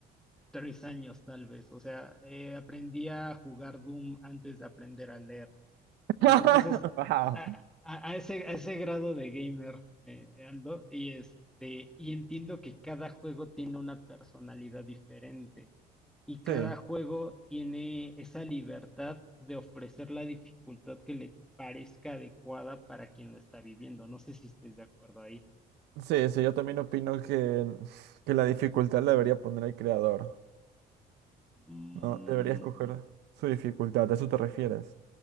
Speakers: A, in the centre; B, on the right (about 80°).
A: tres años tal vez. O sea, eh, aprendí a jugar Doom antes de aprender a leer. Entonces
B: <laughs>
A: es
B: Wow.
A: a, a- a ese, a ese grado de gamer eh, ando y este, y entiendo que cada juego tiene una personalidad diferente y cada
B: Sí,
A: juego tiene esa libertad de ofrecer la dificultad que le parezca adecuada para quien lo está viviendo. No sé si estés de acuerdo ahí.
B: sí, sí, yo también opino que, que la dificultad la debería poner el creador,
A: Mm,
B: ¿no? Debería escoger su dificultad, ¿a eso te refieres?